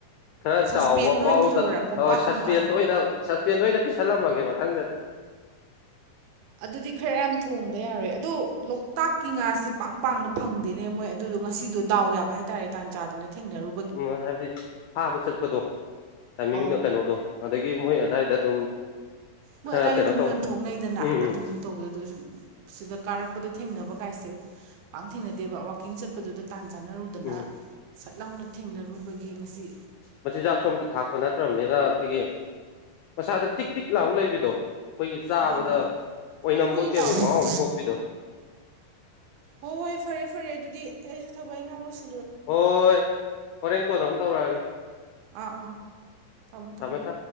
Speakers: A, on the left (about 85°); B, on the right (about 80°).
A: ꯈꯔ
B: ꯁꯁꯄꯦꯟꯗ
A: ꯆꯥꯎꯕ ꯕꯥꯎꯜꯗ
B: ꯑꯣꯏꯅ ꯊꯤꯜꯂꯛꯑꯣꯔꯥ ꯀꯣꯝꯄꯥꯛꯀꯨꯝꯕ
A: ꯍꯣꯏ ꯁꯁꯄꯦꯟꯗ ꯑꯣꯏꯅ ꯁꯁꯄꯦꯟꯗ ꯑꯣꯏꯅ ꯄꯤꯁꯜꯂꯝꯃꯒꯦ ꯃꯊꯪꯗꯗꯤ
B: ꯑꯗꯨꯗꯤ ꯈꯔ ꯌꯥꯝ ꯊꯣꯡꯗ ꯌꯥꯔꯣꯏ ꯑꯗꯣ ꯂꯣꯛꯇꯥꯛꯀꯤ ꯉꯥꯁꯦ ꯄꯥꯛ ꯄꯥꯛꯅ ꯐꯪꯗꯦꯅꯦ ꯃꯣꯏ ꯑꯗꯨꯗꯣ ꯉꯁꯤꯗꯨ ꯗꯥꯎ ꯌꯥꯕ ꯍꯥꯏꯇꯥꯔꯦ ꯇꯥꯟ ꯆꯥꯗꯅ ꯊꯦꯡꯅꯔꯨ
A: ꯎꯝ ꯍꯥꯏꯕꯗꯤ ꯐꯥꯕ ꯆꯠꯄꯗꯣ ꯇꯥꯏꯃꯤꯡꯗ‌ꯣ
B: ꯑꯧ
A: ꯀꯩꯅꯣꯗꯣ ꯑꯗꯒꯤ ꯃꯣꯏ ꯑꯗꯥꯏꯗ ꯑꯗꯨꯝ
B: ꯃꯣꯏ
A: ꯈꯔ
B: ꯑꯗꯨꯗꯥꯏꯗ
A: ꯀꯩꯅꯣ
B: ꯑꯗꯨꯝ
A: ꯇꯧ
B: ꯌꯣꯟꯊꯣꯛꯅꯩꯗꯅ
A: ꯎꯝ ꯎꯝ
B: ꯑꯗꯨꯝ ꯇꯧꯕꯗ ꯁꯨꯝ ꯁꯤꯗ ꯀꯥꯔꯛꯄꯗ ꯊꯦꯡꯅꯕ ꯀꯥꯏꯁꯦ ꯄꯥꯛ ꯊꯦꯡꯅꯗꯦꯕ ꯋꯥꯛꯀꯤꯡ ꯆꯠꯄꯗꯨꯗ ꯇꯥꯟ ꯆꯥꯟꯅꯔꯨꯗ ꯑꯗꯨꯅ
A: ꯎꯝ
B: ꯁꯠ ꯂꯥꯎꯅ ꯊꯦꯡꯅꯔꯨꯕꯒꯤ ꯉꯁꯤ
A: ꯃꯆꯤꯟꯖꯥꯛ ꯁꯣꯝꯇ ꯊꯥꯛꯄ ꯅꯠꯇ꯭ꯔꯕꯅꯤꯅ ꯑꯩꯈꯣꯏꯒꯤ ꯃꯁꯥꯗ ꯇꯤꯛ ꯇꯤꯛ ꯂꯥꯎ ꯂꯩꯕꯤꯗꯣ ꯑꯩꯈꯣꯏꯒꯤ ꯆꯥꯕꯗ
B: ꯃꯥꯅꯦ
A: ꯑꯣꯏꯅꯝꯕꯣꯏ
B: ꯎꯏ ꯎꯏ
A: ꯀꯩꯕꯣꯏ
B: ꯂꯥꯎꯋꯦꯕ
A: ꯃꯍꯥꯎ ꯑꯃ ꯊꯣꯛꯄꯤꯗꯣ
B: ꯍꯣꯏ ꯍꯣꯏ ꯐꯔꯦ ꯐꯔꯦ ꯑꯗꯨꯗꯤ ꯑꯩꯁꯨ ꯊꯕꯛ ꯑ ꯉꯍꯥꯛ ꯂꯣꯏꯁꯤꯦ
A: ꯍꯣꯏ ꯍꯣꯔꯦꯟ ꯀꯣꯟ ꯑꯃꯨꯛ ꯇꯧꯔꯛꯑꯒꯦ
B: ꯑꯥ ꯑꯥ ꯊꯝꯃꯣ
A: ꯊꯝꯃꯦ
B: ꯊꯝꯃꯣ
A: ꯊꯝꯃꯦ